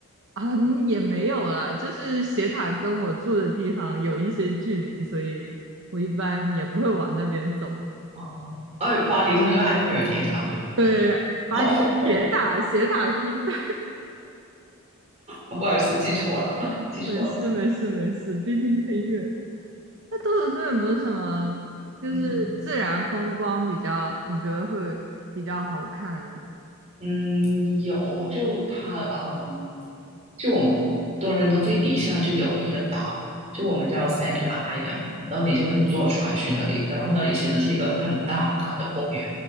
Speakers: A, on the right; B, on the right.
A: 啊，嗯也没有啦，就是斜塔跟我住的地方有一些距离，所以我一般也不会往那边走了。
B: 哦，哎，巴黎是那个埃菲尔铁塔，对吧？
A: 对，巴黎是铁塔，
B: 哦 o
A: 斜塔是一代，
B: 哦 <laughs> 不好意思，记错了，
A: <laughs>
B: 记错了。
A: 没事没事没事，毕竟很远。那多伦多有没有什么就是自然风光比较你觉得会比较好看的？
B: 嗯嗯，有，就它，嗯，就我们多伦多最底下就有一个岛，就我们叫 Center Island，然后你就可以坐船去那里，然后那里其实是一个很大很大的公园，